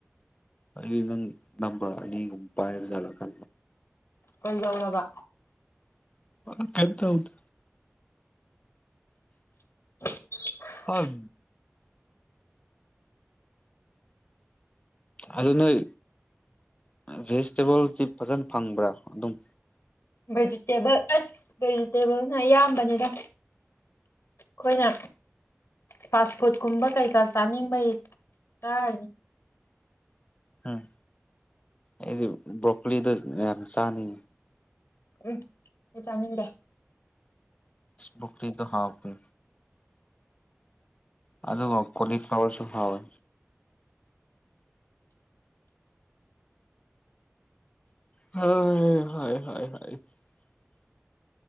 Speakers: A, on the left (about 25°); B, on the left (about 65°).
A: ꯑ ꯅꯪ ꯅꯝꯕꯒ ꯄꯥꯏꯔꯖꯂ ꯀ
B: ꯀꯩꯗꯧꯔꯒ
A: ꯑ ꯀꯩꯝ ꯇꯧꯗꯦ
B: <inaudible>
A: ꯍꯣꯏ ꯑꯗꯨ ꯅꯣꯏ ꯚꯦꯖꯤꯇꯦꯕꯜꯁꯤ ꯐꯖꯅ ꯐꯪꯕ꯭ꯔꯥ ꯑꯗꯨꯝ
B: ꯚꯦꯖꯤꯇꯦꯕꯜ ꯑꯁ ꯚꯦꯖꯤꯇꯦꯕꯜꯅ ꯑꯌꯥꯝꯕꯅꯤꯗ ꯈꯣꯏꯅ ꯐꯥꯁ ꯐꯨꯠ ꯀꯨꯝꯕ ꯀꯩꯀꯥ ꯆꯥꯅꯤꯡꯕ ꯇꯥꯏ
A: ꯎꯝ ꯑꯩꯗꯤ ꯕ꯭ꯔꯣꯀꯂꯤꯗ ꯑꯝꯁꯅꯤ
B: ꯎꯝ ꯆꯥꯅꯤꯡꯗꯦ
A: ꯄꯀꯔꯤꯗꯨ ꯍꯥꯎꯅꯤ ꯑꯗꯨꯒ ꯀꯣꯂꯤꯐ꯭ꯂꯋꯔꯁꯨ ꯍꯥꯎꯋꯦ <unintelligible>